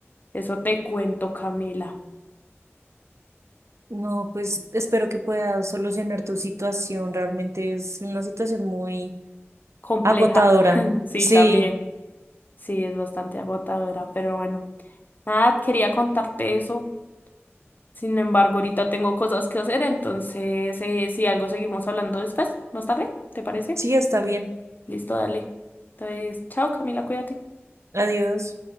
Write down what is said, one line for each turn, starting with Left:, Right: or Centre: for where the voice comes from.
Left: Eso te cuento, Camila.
Right: No, pues espero que puedas solucionar tu situación. Realmente es una situación muy
Left: Compleja.
Right: agotadora.
Left: <laughs> Sí,
Right: Sí,
Left: también. Sí, es bastante agotadora, pero bueno. Nada, quería contarte eso. Sin embargo, ahorita tengo cosas que hacer, entonces eh, si algo seguimos hablando después, más tarde, ¿te parece?
Right: sí, está bien.
Left: Listo, dale. Entonces, chao Camila, cuídate.
Right: Adiós.